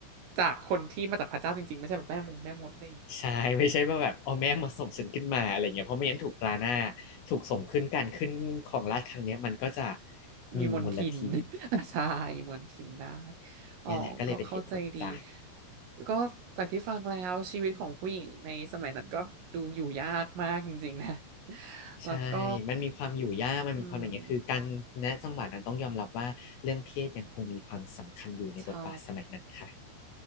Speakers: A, on the right (about 85°); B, on the left (about 85°).
A: จากคนที่มาจากพระเจ้าจริงๆไม่ใช่แบบแม่มงแม่มดนี่
B: ใช่ไม่ใช่ว่าแบบอ๋อแม่มาส่งฉันขึ้นมาอะไรเงี้ยเพราะไม่งั้นถูกตราหน้าถูกส่งขึ้นการขึ้นของราชย์ครั้งเนี้ยมันก็จะมีมลทิน
A: มีมนทิน <laughs> ใช่มนทินได้อ๋อก็เข้าใจดี
B: เนี่แหละก็เลยเป็นเหตุผลจ้ะ
A: ก็จากที่ฟังแล้วชีวิตของผู้หญิงในสมัยนั้นก็ดูอยู่ยากมากจริงๆนะแล้วก็
B: ใช่มันมีความอยู่ยากมันมีความอะไรเงี้ยคือการณจังหวะนั้นต้องยอมรับว่าเรื่องเพศยังคงมีความสำคัญอยู่ในบทบาทสมัยนั้นค่ะ
A: อืมใช่